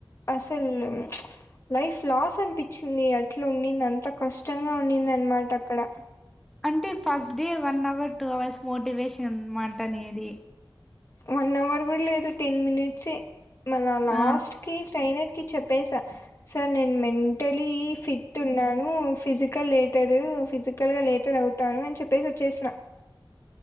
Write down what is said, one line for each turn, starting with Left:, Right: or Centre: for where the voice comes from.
Left: అసలు లైఫ్ లాస్ అనిపించింది అట్లా ఉంంది అంత కష్టంగా ఉంంది అనమాట అక్కడ
Centre: టే first day one hour, two hours motivation మాట అనేది.
Left: వన్ అవర్ కూడా లేదు టెన్ మినిట్సే, మళ్ళా లాస్ట్కి
Centre: ఆ,
Left: ట్రైనర్కి చెప్పేస సార్ నేను మెంటలీ ఫిట్ ఉన్నాను, ఫిజికల్ లేటరు ఫిజికల్గా లేటర్ అవుతాను అని చెప్పేసి వచ్చేసిన.